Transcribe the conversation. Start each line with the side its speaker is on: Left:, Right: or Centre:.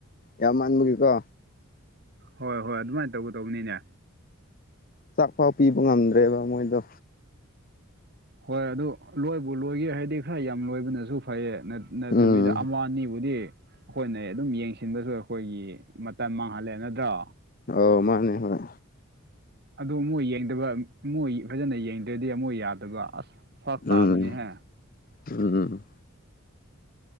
Left: ꯌꯥꯝꯃꯟꯕꯒꯤꯀꯣ
Right: ꯍꯣꯢ ꯍꯣꯢ ꯑꯗꯨꯃꯥꯢꯟ ꯇꯧꯒꯗꯧꯕꯅꯤꯅꯦ
Left: ꯆꯥꯛꯄꯥꯎ ꯄꯤꯕ ꯉꯝꯗ꯭ꯔꯦꯕ ꯃꯣꯢꯗꯣ
Right: ꯍꯣꯢ ꯑꯗꯨ ꯂꯣꯢꯕꯨ ꯂꯣꯢꯒꯦ ꯍꯥꯢꯔꯗꯤ ꯈꯔ ꯌꯥꯝ ꯂꯣꯢꯕꯅꯖꯨ ꯐꯩꯌꯦ ꯅꯠ ꯅꯠꯇꯕꯤꯗ
Left: ꯎꯝ
Right: ꯑꯃ ꯑꯅꯤꯕꯨꯗꯤ ꯈꯣꯢꯅꯦ ꯑꯗꯨꯝ ꯌꯦꯡꯁꯤꯟꯕꯖꯨ ꯑꯈꯣꯢꯒꯤ ꯃꯇꯝ ꯃꯥꯡꯍꯜꯂꯦ ꯅꯠꯗ꯭ꯔꯣ
Left: ꯑꯧ ꯃꯥꯟꯅꯦ ꯍꯣꯢ
Right: ꯑꯗꯨ ꯃꯣꯢ ꯌꯦꯡꯗꯕ ꯃꯣꯢ ꯐꯖꯅ ꯌꯦꯡꯗ꯭ꯔꯗꯤ ꯑꯃꯨꯛ ꯌꯥꯗꯕ ꯑꯁ ꯐꯔꯛ
Left: ꯎꯝ
Right: ꯇꯥꯕꯅꯤꯍꯦ
Left: ꯎꯝ